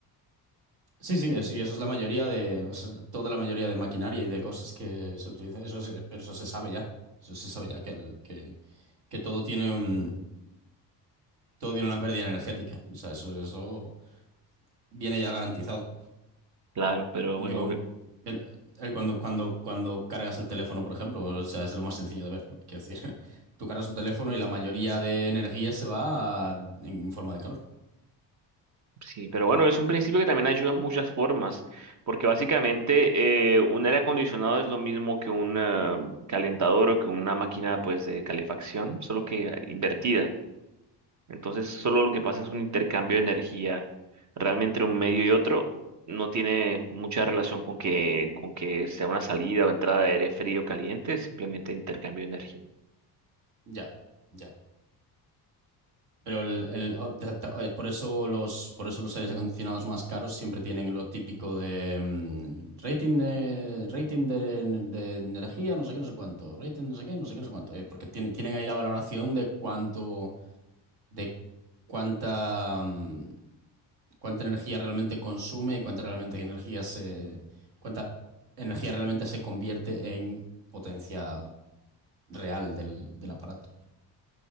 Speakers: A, on the right (about 65°); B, on the right (about 45°).
A: Sí, sí, sí, eso es la mayoría de, o sea, toda la mayoría de maquinaria y de cosas que se utilizan. Eso se- pero eso se sabe ya. Eso se sabe ya que, el- que, que todo tiene un- todo tiene una pérdida energética. O sea, eso, eso viene ya garantizado.
B: claro, pero
A: Yo,
B: bueno, volve-
A: el, el cuando, cuando, cuando cargas el teléfono, por ejemplo, o sea, es lo más sencillo de ver. Quiero decir, <laughs> tú cargas tu teléfono y la mayoría de energía se va en forma de calor.
B: Sí, pero bueno, es un principio que también ayuda en muchas formas, porque básicamente eh, un aire acondicionado es lo mismo que un eh, calentador o que una máquina pues de calefacción, solo que eh, invertida. Entonces, solo lo que pasa es un intercambio de energía realmente entre un medio y otro. No tiene mucha relación con que, con que sea una salida o entrada de aire frío o caliente, simplemente intercambio de energía.
A: Ya, ya. Pero el, el- o- ta- ta- es por eso los, por eso los aires acondicionados más caros siempre tienen lo típico de mm, rating de rating de, de energía, no sé qué, no sé cuánto, rating no sé qué, no sé qué, no sé cuánto, Eh, porque tiene- tienen ahí la valoración de cuánto, de cuánta, mm, cuánta energía realmente consume y cuánta realmente energía se, cuánta energía realmente se convierte en potencia real del, del aparato.